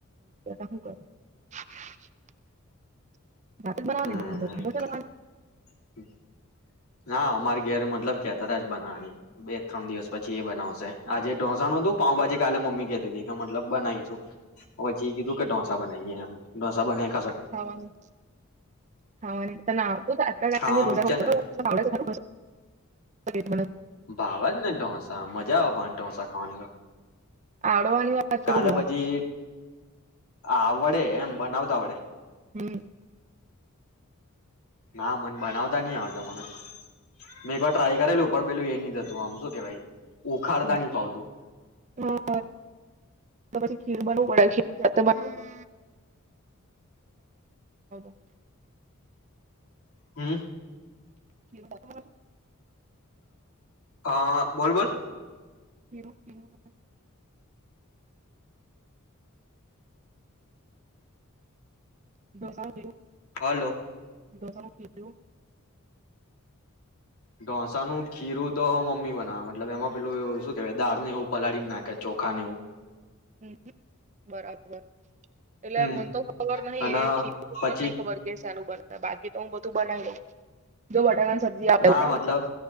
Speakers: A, on the right (about 35°); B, on the left (about 80°).
A: <inaudible> <inaudible>
B: હમ <inaudible> નાાઅમારી ઘેરે મતલબ કેતા તાા જ બનાવવાની, બે ત્રણ દિવસ પછી એ બનાવશે. આજે ઢોસા નું હતું, પાઉંભાજી કાલે મમ્મી કેતી તી કે મતલબ બનાઈશું. પછી કીધું કે ઢોસા બનાઈએ એમ. ઢોસા બનાઈ
A: <inaudible> <inaudible>
B: ખાવાનું જ છે ને ભાવજ ને ઢોસા, મજા આવે પણ ઢોંસા ખાવાની તો.
A: <inaudible>
B: કાલે પછી આવડે એમ બનાવતા આવડે
A: હમ્મ.
B: ના મન બનાવતા નઈ આવડતા મને. મેં એકવાર ટ્રાય કરેલું પણ પેલું એ નઈ થતું આમ શું કેવાય? ઉખાડતા
A: છું
B: ની ફાવતું.
A: હમ તો પછી ખીર બનવું, પડે ખીરૂ જાતે બનાવવું <unintelligible>
B: હમ્મ.
A: <inaudible>
B: અહ બોલ-બોલ.
A: ખીરું-ખીરું <inaudible> ઢોસાનું ખીરું
B: હાલો.
A: ઢોંસાનુ ખીરું <unintelligible>
B: ઢોસા નું ખીરું તો મમ્મી બનાવ મતલબ એમાં પેલું એવું શું કેહેવાય દાળ ને એવું પલાળીને નાખે ચોખા ને એવું.
A: હમ બરાબર, એટલે
B: હમ
A: મન તો ખબર નહિ
B: અને
A: એ ખીરૂ
B: પછી
A: મને નહી ખબર કે શેનું બને. બાકી તો હું બધું બનાવી દઉં, જો બટાકા સબ્જી આવેડે
B: ના
A: બરાબર
B: મતલબ